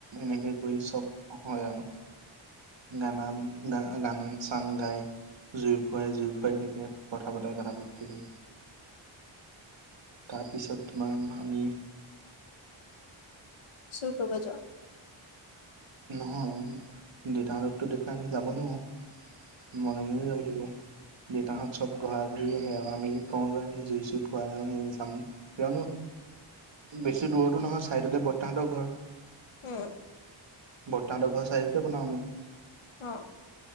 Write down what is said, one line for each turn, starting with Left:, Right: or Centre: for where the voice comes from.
Right: এনেকে কৰি চব হয় আৰু। গানা গা গান চান গাই জুই ফুৱাই জুই ফুৱাই থাকে। কথা পতাই কথা পাতি থাকি তাৰপিছত তোমাৰ আমি
Left: চুৰ কৰিব যোৱা।
Right: নহয় দেউতা হঁতক দেখুৱাইটো আমি যাব নোৱাৰোঁ। মনে মনেই যাব লাগিব। দেউতাহঁত চব ঘৰা ঘৰি আহে আৰু আমি কওঁ যে আমি জুই চুই ফুৱাই যাম। কিয়নো বেছি দূৰৰতো নহয় ছাইডতে বৰ্তা হঁতৰ ঘৰ।
Left: অ'।
Right: বৰ্তা হঁতৰ ঘৰৰ চাইদতে বনাও আমি।
Left: অ'।